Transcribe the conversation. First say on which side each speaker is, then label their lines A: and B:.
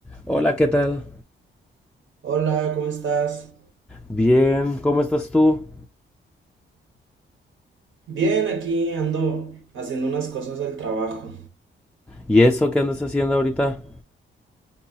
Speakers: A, in the centre; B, on the right (about 75°).
A: Hola, ¿qué tal?
B: Hola, ¿cómo estás?
A: Bien, ¿cómo estás tú?
B: Bien, aquí ando haciendo unas cosas del trabajo.
A: ¿Y eso qué andas haciendo ahorita?